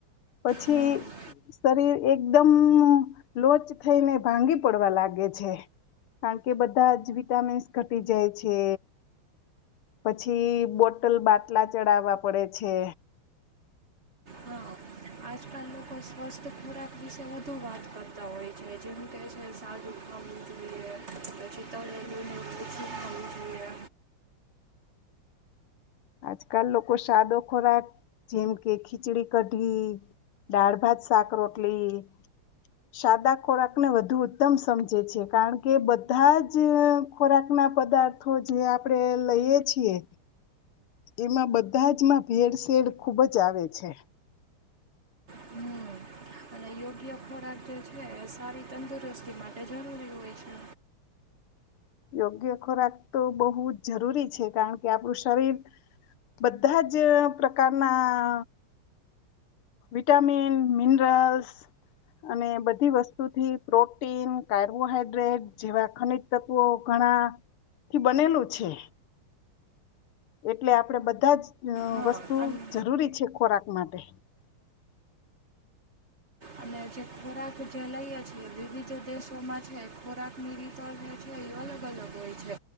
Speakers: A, on the left; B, on the right.
A: પછી
B: હમ
A: શરીર એકદમ લોચ થઈને ભાંગી પડવા લાગે કારણ કે બધા જ વિટામિન્સ ઘટી જાય છે પછી બોટલ બાટલા ચડાવવા પડે છે
B: હા આજકાલ લોકો સ્વાસ્થ્ય ખોરાક વિશે વધુ વાત કરતા હોય છે જેમ કહે છે સાદુ ખાવું જોઈએ પછી તળલીું ઓછું ખાવું જોઈએ
A: આજકાલ લોકો સાદો ખોરાક જેમ કે ખીચડી કઢી દાળ ભાત શાક રોટલી સાદા ખોરાકને વધુ ઉત્તમ સમજે છે કારણ કે બધા જ ખોરાક ના પદાર્થો જે આપણે લઈએ છીએ એમાં બધા જમાં ભેળસેેળ ખુબ જ આવે છે
B: હમ અને યોગ્ય ખોરાક જે છે સારી તંદુરસ્તી માટે જરૂરી હોય છે
A: યોગ્ય ખોરાક તો બહુ જ જરૂરી છે કારણ કે આપણું શરીર બધા જ પ્રકારના વિટામિન મિનરલ્સ અને બધી વસ્તુથી પ્રોટીન કાર્બોહાઈડ્રેટ જેવા ખનજ તત્વો ઘણાથી બનેલું છે એટલે આપડે બધા જ અ
B: હા
A: વસ્તુ
B: અને
A: જરૂરી છે ખોરાક માટે
B: અને જે ખોરાક જે લઈએ છી એ વિવિધ દેશોમાં છે ખોરાકની રીતો જે છે એ અલગ અલગ હોય છે